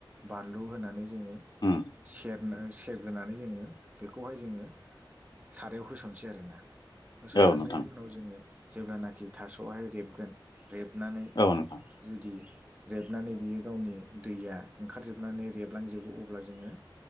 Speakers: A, on the right (about 15°); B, on the left (about 55°).
A: बानलु होनानै ज जोङो
B: उम
A: सेरना सेरग्रोनानै जोङो बेखौहाय जोङो सारायाव होसनसै आरोना होसनखांनायनि
B: औ नोंथां
A: उनाव जोङो जेब्लानाखि थास'आवहाय रेबगोन रेबनानै
B: औ नोंथां
A: जुदि रेबनानै बियो गावनि दैया ओंखारजोबनानै रेबलांजोबो अब्ला जोङो